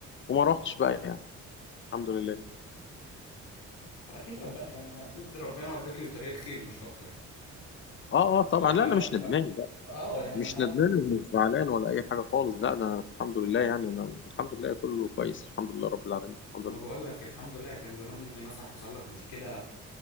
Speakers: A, on the left (about 40°); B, on the left (about 85°).
A: وما روحتش بقى يعني الحمد لله
B: اكيد ربنا يعني اكيد ربنا وداك للطريق الخير مش اكتر مم.
A: اه اه طبعا
B: ما تعرفش
A: لا انا مش ندمان
B: ما
A: بقى
B: اه يعني
A: مش
B: ما تعرف
A: ندمان ومش زعلان ولا اي حاجه خالص لا ده انا الحمد لله يعني انا الحمد لله كله كويس الحمد لله رب العالمين الحمد
B: ما
A: لله
B: بقول لك الحمد لله كان زمان يعني مثلا حصل لك مشكلة